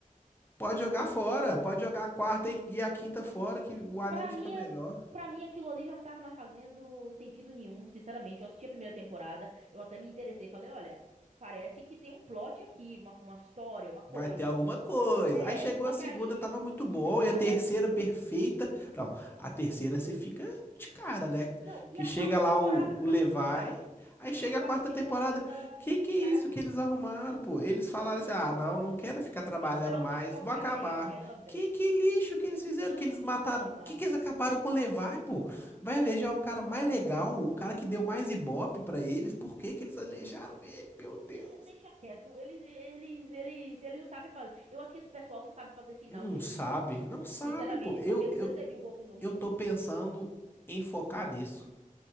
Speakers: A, on the left (about 15°); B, on the right (about 55°).
A: Pode jogar fora,
B: É,
A: pode jogar a quarta e e a quinta fora, que o anime
B: pra
A: fica
B: mim,
A: melhor.
B: é- pra mim aquilo ali já não tava mais fazendo sentido nenhum, sinceramente. Eu assisti a primeira temporada, eu até me interessei, falei, olha, parece que tem um plot aqui, uma, uma história, uma coisa.
A: Vai ter alguma coisa.
B: É,
A: Aí chegou
B: só
A: a segunda,
B: que aí,
A: tava muito
B: segunda
A: bom,
B: temporada
A: e a terceira perfeita. Não, a terceira você fica de cara, né?
B: Não, e
A: Que
B: a
A: chega
B: quarta
A: lá
B: temporada
A: o, o
B: dá
A: Levi.
B: tudo errado.
A: Aí chega
B: A quarta
A: a quarta
B: temporada
A: temporada. Que que
B: estraga
A: é isso
B: tudo.
A: que eles arrumaram, pô? Eles falaram
B: Ah, não.
A: assim: "Ah, não, não quero ficar
B: E que
A: trabalhando
B: final
A: mais,
B: de porcaria
A: vou acabar".
B: é aquela, véi?
A: Que que lixo que eles fizeram,
B: Que
A: que eles
B: lixo
A: mataram.
B: de final.
A: Que que eles acabaram com o Levi, pô? Vai alejar o cara
B: Ah,
A: mais
B: não.
A: legal, o cara que deu mais ibope pra eles. Por que que eles aleijaram ele? Meu
B: Ge-
A: Deus.
B: é, Deixa quieto. Eles, eles, eles, eles não sabem fazer. Eu acho que esse pessoal não sabe fazer final
A: Não
B: de anime,
A: sabe,
B: não, viu?
A: não sabe,
B: Sinceramente,
A: pô. Eu,
B: porque não
A: eu,
B: sei se você viu Boku no
A: eu
B: Hero
A: tô pensando em focar nisso.